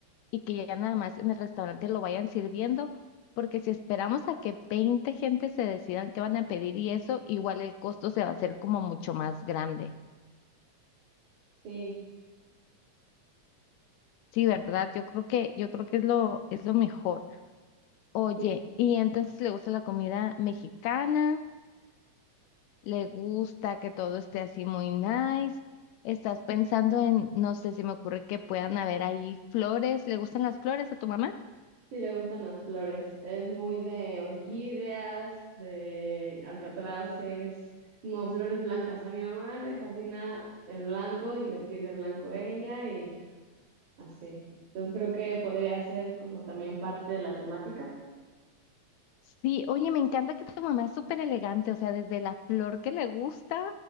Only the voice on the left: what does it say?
y que ya nada más en el restaurante lo vayan sirviendo, porque si esperamos a que 20 gente se decidan qué van a pedir y eso, igual el costo se va a hacer como mucho más grande.
Sí, ¿verdad? Yo creo que, yo creo que es lo, es lo mejor. Oye,
y entonces le gusta la comida mexicana, le gusta que todo esté así muy nice. Estás pensando en, no sé, si me ocurre que puedan haber ahí flores. ¿Le gustan las flores a tu mamá?
Sí, oye, me encanta que tu mamá es súper elegante, o sea, desde la flor que le gusta,